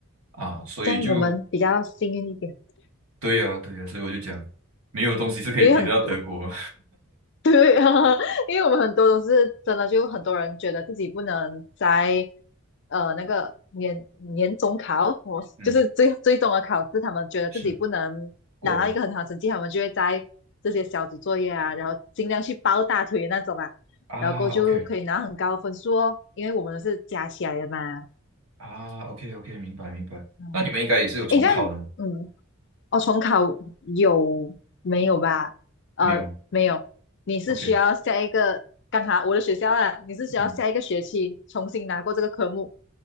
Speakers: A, on the right (about 80°); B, on the left (about 55°).
A: 啊。所以就
B: 这样我们比较幸运一点，
A: 对呀、对呀、所以我就讲，没有东西是可以比得到德国。
B: 因为很多 <laughs> 对啊，<laughs> 因为我们很多都是真的，就很多人觉得自己不能在呃那个年年中考，我就是最最终的考试，
A: <laughs> 嗯，
B: 他们觉得自己不能拿到一个很好的成绩，
A: 是过吗？
B: 他们就会在这些小组作业啊，然后尽量去抱大腿的那种啊，
A: 啊，OK。
B: 然后过后就可以拿很高的分数哦，因为我们是加起来的嘛。
A: 啊，OK OK，明白明白。
B: 嗯，
A: 那你们应该也是有重考的吗？
B: 诶，这样，嗯，哦，重考有没有吧？呃，
A: 没有吗
B: 没有，你是需要下一个，
A: ？OK，
B: 刚好我的学校啦，你是需要下一个学期重新拿过这个科目，
A: 嗯，